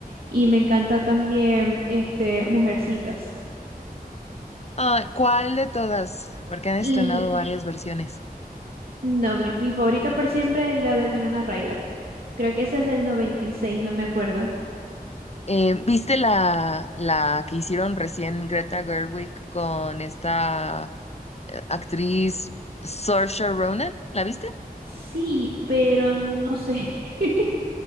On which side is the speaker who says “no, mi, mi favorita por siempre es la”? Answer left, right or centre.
Right